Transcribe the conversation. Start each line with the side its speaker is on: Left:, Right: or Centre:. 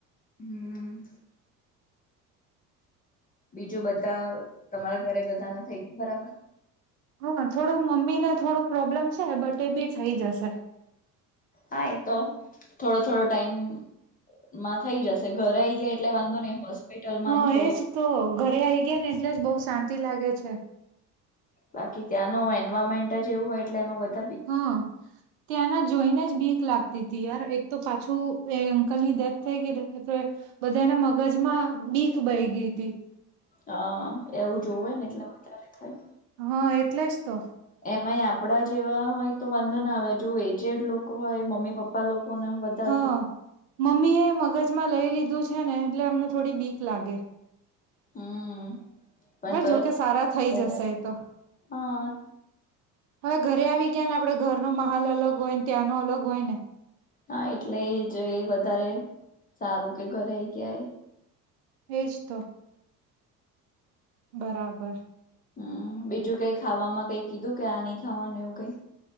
Left: હમ. બીજું બધા તમારા ઘરે બધા ને થઈ ગયુ બરાબર?
Right: હન, થોડું મમ્મી ને થોડું પ્રોબ્લેમ છે, બટ એ બી થઈ જશે.
Left: હા, એ તો થોડો-થોડો ટાઈમ માં થઈ જશે. ઘરે આઈ ગયા એટલે વાંધો નઈ. હોસ્પિટલમાં
Right: હા
Left: આમ થોડું
Right: એજ તો ઘરે આઈ ગયા ને એટલે જ બઉ શાંતિ લાગે છે.
Left: બાકી ત્યાંનું એન્વાયરમેન્ટ જ એવું હોય એટલે એમાં વધ
Right: હન, ત્યાંના જોઈને જ બીક લાગ તી તી યાર, એક તો પાછું એ અંકલની ડેથ થઈ ગઈ તે બધાને મગજમાં બીક બઈ ગઈ તી.
Left: હઅ, એવું જોવે ને એટલે વધારે થાય.
Right: હા એટલે જ તો.
Left: એમાય આપડા જેવા હોય તો વાંધો ના આવે. જો એજેડ લોકો હોય મમ્મી-પપ્પ તા લોકોને આમ વધાર
Right: હા
Left: થઈ
Right: મમ્મી એ મગજમાં લઈ લીધું છે ને એટલે અમને થોડી બીક લાગે.
Left: હમ. પણ
Right: બસ
Left: તો
Right: જોકે સારા થઈ
Left: કેવાય
Right: જશે એતો.
Left: હા
Right: હવે ઘરે આવી ગયા ને આપડે ઘરનો માહોલ અલગ હોયને, ત્યાંનો અલગ હોય ને.
Left: હા, એટલે એ જ એ વધારે સારું કે ઘરે આઈ ગયા એ.
Right: એજ તો, બરાબર.
Left: હમ, બીજું કઈ ખાવામાં કઈ કીધું કે આ ની ખાવાનું એવું કઈ?